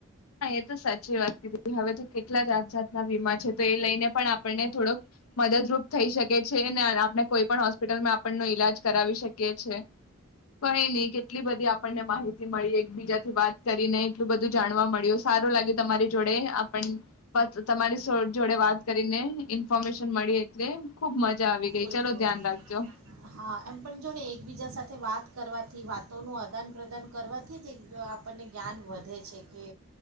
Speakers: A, on the left; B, on the right.
A: હા એ તો સાચી વાત કીધી હવે તો કેટલા જાત જાત ના વીમા છે તો એ લઈને પણ આપણને થોડું મદદરૂપ થઈ શકે છે ને આપણે કોઈ પણ હોસ્પિટલમાં આપણનો ઈલાજ કરાવી શકીએ છે. કઈ નહી કેટલી બધી આપણને માહિતી મળી એકબીજા થી વાત કરીને એટલું બધું જાણવા મળ્યું સારું લાગે તમારી જોડે આ પણ તમારી જોડે વાત કરીને ઇન્ફોર્મેશન મળી એટલે ખુબ મજા આવી ગઈ
B: બિલકુલ
A: ચલો ધ્યાન રાખજો
B: હા એમ પણ જો ને એકબીજા સાથે વાત વાત કરવાથી વાતોનું આદાન પ્રદાન કરવાથી જ એક આપણને જ્ઞાન વધે છે કે